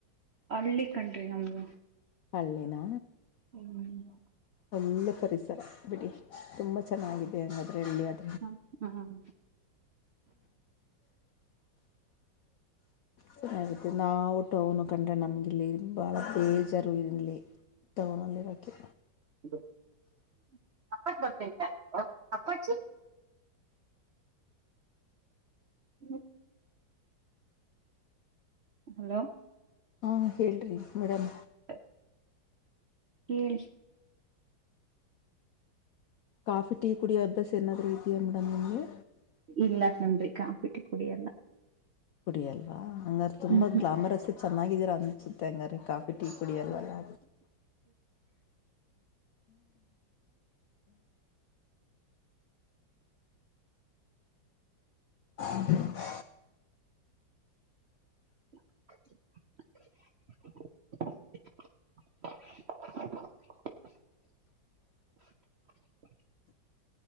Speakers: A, on the right; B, on the left.
A: ಅಳ್ಳಿ ಕಣ್ರಿ ನಮ್ಮದು
B: ಹಳ್ಳಿನ
A: ಹ್ಮ.
B: ಒಳ್ಳೆ ಪರಿಸರ ಬಿಡಿ ತುಂಬ ಚೆನ್ನಾಗಿದೆ ಹಂಗಾದ್ರೆ ಹಳ್ಳಿ ಅದ
A: ಹ್ಮ ಹ್ಮ.
B: ಚೆನ್ನಾಗಿತ್ತ ನಾವು ಟೌನ ಕಣ್ರೀ ನಮಗಿಲ್ಲಿ ಭಾಳ ಬೇಜಾರ ಇರಲ್ಲಿ. ಟವನಲ್ಲಿರಕ್ಕೆ
A: <unintelligible> ಅಪ್ಪಚ ಹ್ಮ. ಹಲೋ.
B: ಹಾಂ ಹೇಳ್ರಿ ಮೇಡಂ.
A: ಹ ಹೇಳಿ.
B: ಕಾಫಿ ಟೀ ಕುಡಿಯೋ ಅಭ್ಯಾಸ ಏನಾದ್ರೂ ಇದಿಯಾ ಮೇಡಮ್ ನಿಮಗೆ.
A: ಇಲ್ಲ ನಂಗೆ ಕಾಫಿ ಟೀ ಕುಡಿಯಲ್ಲ.
B: ಕುಡಿಯಲ್ವಾ ಹಂಗಾರ ತುಂಬಾ
A: ಹ್ಮ್ ಹ್ಮ್
B: ಗ್ಲಾಮರಸ್ ಚೆನ್ನಾಗಿದೀರ ಅನ್ಸುತ್ತೆ ಹಂಗಾರ ಕಾಫಿ. ಕಾಫಿ ಟಿ ಕುಡಿಯಲ್ಲಲ್ವಾ ಅದ್ಕೆ. <inaudible>
A: <inaudible> <inaudible>